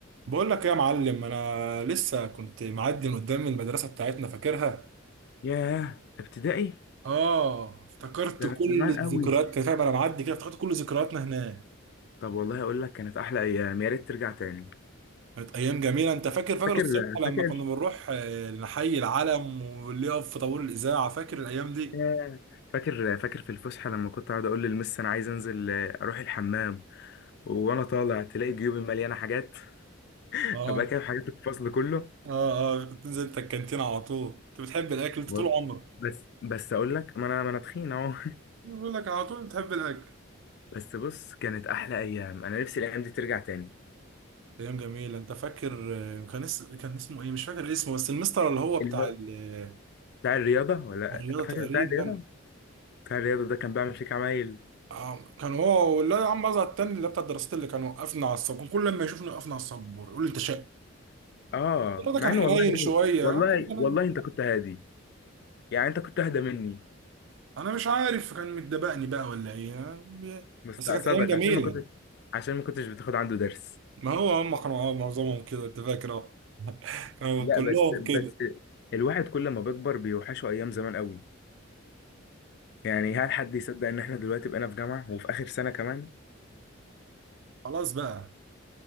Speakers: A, on the right; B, on the left.
A: بقول لك ايه يا معلم انا لسه كنت معدي من قدام المدرسه بتاعتنا فاكرها
B: ياه ابتدائي
A: اه افتكرت
B: ده
A: كل
B: من زمان
A: الذكريات
B: قوي
A: كده فاهم انا معدي كده افتكرت كل ذكرياتنا هناك
B: طب والله اقول لك كانت احلى ايام يا ريت ترجع تاني
A: كانت ايام جميله انت فاكر فاكر
B: فاكر
A: الصبح لما
B: فاكر
A: كنا بنروح آه، نحيي العلم واللي يقف في طابور الاذاعه فاكر الايام دي
B: ياه فاكر فاكر في الفسحه لما كنت اقعد اقول للمس انا عايز انزل آه، اروح الحمام وانا طالع تلاقي جيوبي مليانه حاجات <laughs>
A: اه
B: ابقى كده حاجات الفصل كله
A: اه اه كنت تنزل انت الكانتين على طول انت بتحب الاكل انت
B: و-
A: طول عمرك
B: بس بس اقول لك ما انا ما انا تخين اهو
A: بقول لك على طول بتحب الاكل
B: <laughs> بس بص كانت احلى ايام انا نفسي الايام دي ترجع تاني
A: ايام جميله انت فاكر آه، كان اس... كان اسمه ايه مش فاكر اسمه بس المستر اللي هو بتاع
B: اللي هو
A: ال- آه،
B: بتاع الرياضه ولا
A: الرياضه
B: فاكر
A: تقريبا
B: بتاع الرياضه بتاع الرياضه ده كان بيعمل فيك عمايل
A: آه، كان هو ولا يا عم ازهر التاني اللي بتاع الدراسات اللي كان وقفنا على السبور كان كل ما يشوفني وقفنا على السبور يقول لي انت شقي
B: اه
A: الواد ده
B: مع
A: كان
B: ان
A: حنين
B: والله ري-
A: شويه
B: والله
A: آه، كان حنين
B: والله انت كنت هادي يعني انت كنت اهدى مني
A: انا مش عارف كان متدبقني بقى ولا ايه آه، بي-
B: مستقصدك
A: بس كانت ايام جميله
B: عشان ما كنتش عشان ما كنتش بتاخد عنده درس
A: ما هو هم كانوا آه، معظمهم كده انت فاكر اه كانوا
B: لا
A: كلهم
B: بس بس
A: كده
B: الواحد كل ما بيكبر بيوحشه ايام زمان قوي يعني هل حد يصدق ان احنا دلوقتي بقينا في جامعة وفي اخر سنة كمان
A: خلاص بقى